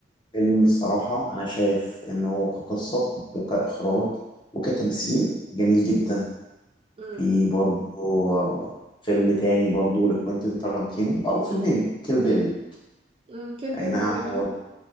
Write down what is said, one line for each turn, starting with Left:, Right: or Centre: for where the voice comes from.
Left: فيلم الصراحة أنا شايف إنه كقصة وكإخراج وكتمثيل جميل جدا
Right: امم
Left: في برضو فيلم تاني برضو لكوينتين تارانتينو او فيلمين كيل بيل
Right: امم كيل
Left: اي
Right: بيل
Left: نعم
Right: ده جميل
Left: هو